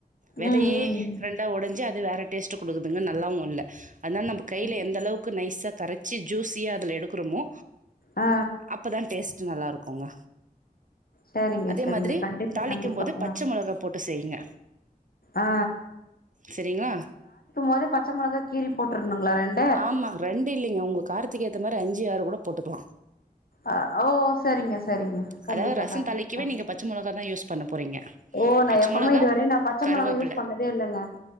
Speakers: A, on the right (about 55°); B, on the left (about 70°).
A: விதையே
B: ம் ம்
A: ரெண்டா உடைஞ்சி அது வேற டேஸ்ட் குடுக்குதுங்க நல்லாவு இல்ல அதனால நம்ம கையில
B: ம்
A: எந்த அளவுக்கு நைஸா கரைச்சி ஜூஸியா அதுல எடுக்குறமோ
B: ஆ
A: அப்பதா டேஸ்ட்டு நல்லா இருக்குங்க
B: சரிங்க
A: அதே
B: சரிங்க
A: மாதிரி
B: கண்டிப்பா
A: தாளிக்கும்
B: கண்டிப்பா
A: போது பச்ச
B: ஆ
A: மொளகா போட்டு செய்ங்க
B: ஆ
A: செரிங்களா
B: மொதே பச்ச மொளகா கீறி போட்றனுங்களா ரெண்
A: ஆமா ரெண்டு இல்லைங்க உங்க காரத்துக்கேத்த மாரி அஞ்சி ஆறு கூட போட்டுக்கலா
B: ஆ ஓ சரிங்க சரிங்க கண்டிப்பா
A: அதாவது ரசோ
B: கண்டிப்பா
A: தாளிக்கவே
B: ஆ
A: நீங்க பச்ச மொளகாதா யூஸ் பண்ண போறீங்க
B: ஓ நா
A: பச்ச
B: எப்பவுமே
A: மொளகா
B: இதுவரையு நா பச்ச
A: கருவேப்பில
B: மிளகா யூஸ் பண்ணதே இல்லைங்க